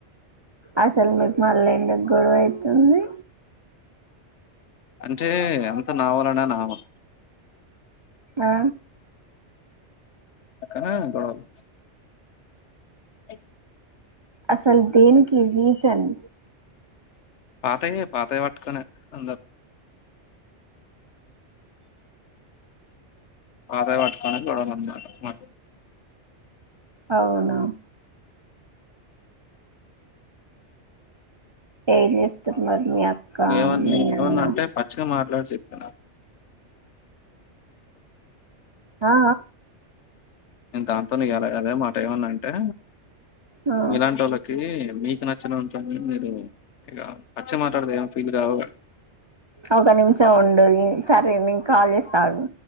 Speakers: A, on the right; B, on the left.
A: అసలు మీకు మళ్ళ ఎందుకు గొడవ అయితుంది
B: అంటే అంత నావాలన అని ఆమె
A: ఆ
B: అక్కన్నే గొడవలు ఎ
A: అస్ దేనికి రీసన్
B: పాతయే పాతయి పట్టుకొనే అందరూ పాతయి పట్టుకొనే గొడవలు అన్నమాట
A: అవునా ఏం జెస్తాం మరి మీ అక్క
B: ఏమన్నా
A: మీ
B: నేనేమన్నా
A: అన్న
B: అంటే పచ్చిగా మాట్లాడిసి <inaudible>
A: ఆ
B: నేను దాంతో నీ ఎలా అదే మాట ఏమన్నా అంటే
A: ఆ
B: ఇలాంటోళ్ళకి మీ నచ్చిన వాని తోనే ఉంటే మీరు ఇగ పచ్చిగ మాట్లాడితే ఏం ఫీల్ గావుగా
A: ఒక నిమిషం ఉండు సరే నేను కాల్ జేస్తా ఆగు